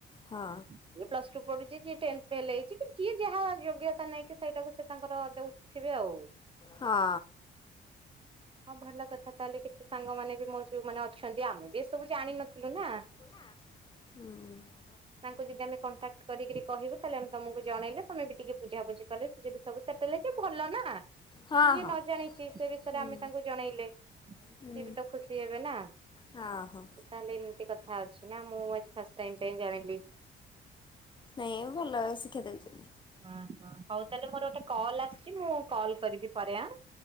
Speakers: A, on the left; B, on the right.
A: ହଁ
B: ଯିଏ ପ୍ଲସ ଟୁ ପଢୁଛି ଯିଏ ଟେନ୍ଥ ଫେଲ ହେଇଛି କି ଯିଏ ଯାହା ଯୋଗ୍ୟତା ନେଇକି ସେଇଟାକୁ ତାଙ୍କର ଦେଉଥିବେ ଆଉ
A: ହଁ।
B: ହଁ ଭଲ କଥା ତାହେଲେ କିଛି ସାଙ୍ଗମାନେ ବି ମୋର ଯୋଉ ମାନେ ଅଛନ୍ତି ଆମେ ବି ଏସବୁ ଜାଣିିନଥିଲୁ ନା।
A: ହୁଁ।
B: ତାଙ୍କୁ ଯଦି ଆମେ କଣ୍ଟାକ୍ଟ କରିକି କହିବୁ ତାହେଲେ ଆମେ ତମକୁ ଜଣେଇଲେ ତମେ ବି ଟିକେ ବୁଝାବୁଝି କଲେ ସେ ଯଦି ସବୁ ବୋଲିଲେ କି ଭଲ ନା କିଏ
A: ହଁ ହଁ।
B: ନ ଜାଣିଛି ସେ ବିଷୟରେ
A: ହୁଁ।
B: ଆମେ ତାଙ୍କୁ ଜଣେଇଲେ ସେ
A: ହୁଁ।
B: ସିଏ ବି ତ ଖୁସି ହେବେ ନା?
A: ହଁ ହଁ
B: ତାହଲେ ଏମିତି କଥା ଅଛି ନା, ମୁଁ ଆଜି ଫାଷ୍ଟ ଟାଇମ୍ ପାଇଁ ଜାଣିଲି।
A: ନାଇଁ ଭଲ ଶିକ୍ଷା ଦେଉଛନ୍ତି।
B: ଓହୋ ହଉ ତାହେଲେ ମୋର ଗୋଟେ କଲ ଆସିଛି ମୁଁ କଲ୍ କରିବି ପରେ ଆଁ।